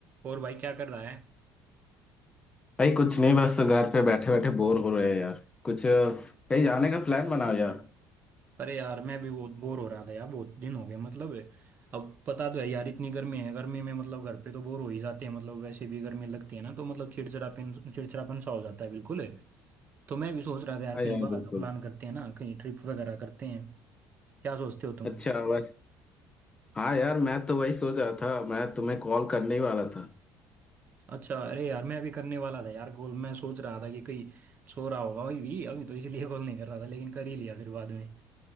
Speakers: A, on the right (about 40°); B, on the left (about 20°).
A: और भाई क्या कर रहा है
B: भाई कुछ नहीं बस घर पे बैठे बैठे बोर हो रहे हैं यार कुछ अ, कहीं जाने का प्लान बनाओ यार
A: अरे यार मैं भी बहुत बोर हो रहा था यार बहुत दिन हो गए मतलब अब पता तो है यार इतनी गर्मी है गर्मी में मतलब घर पे तो बोर हो ही जाते हैं मतलब वैसे भी गर्मी लगती है ना तो मतलब चिड़चिड़ापन चिड़चिड़ापन सा हो जाता है बिल्कुल तो मैं भी सोच रहा था यार
B: हाँ
A: कहीं
B: यार
A: बाहर
B: बिल्कुल
A: का प्लान करते हैं ना कहीं ट्रिप वगैरह करते हैं क्या सोचते हो तुम
B: अच्छा बस हाँ यार मैं तो वही सोच रहा था मैं तुम्हें कॉल करने ही वाला था
A: अच्छा अरे यार मैं अभी करने वाला था यार गोल मैं सोच रहा था कि कहीं सो रहा होगा वही भी अभी तो इसलिए <laughs> गोल नहीं कर रहा था लेकिन कर ही लिया फिर बाद में